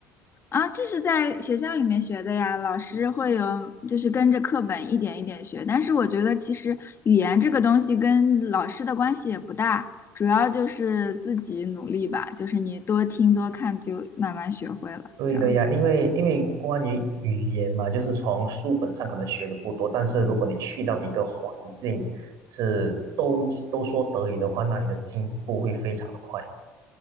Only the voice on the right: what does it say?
对的呀，
因为因为关于语言嘛，就是从书本上可能学的不多，但是如果你去到一个环境是都都说德语的话，那你的进步会非常的快。